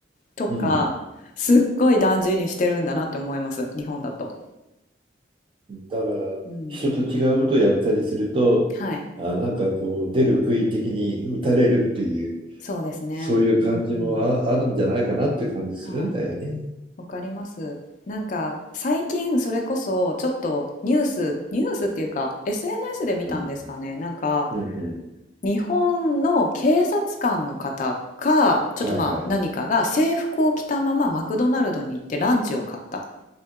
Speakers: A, on the left; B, on the right.
A: とか、
B: うん。
A: すっごい大事にしてるんだなって思います、日本だと。
B: だから人と違うことをやったりするとあなんかこう出る杭的に打たれるっていう
A: うん。はい。そうですね。
B: そういう感じもあ、
A: うんうん。
B: あるんじゃないかなっていう感じするんだよね。
A: はい。わかります。なんか最近それこそちょっとニュース、ニュースっていうか SNS で見たんですかね。
B: うん、
A: なんか
B: うん、うん。
A: 日本の警察官の方か、ちょっとまあ何かが制服を着たままマクドナルドに行ってランチを買った。
B: はいはい。